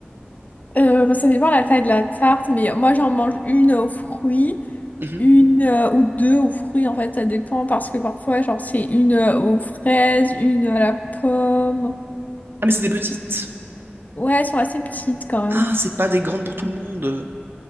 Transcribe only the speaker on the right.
Mhm.
Ah mais c'est des petites.
Ah, c'est pas des grandes pour tout le monde.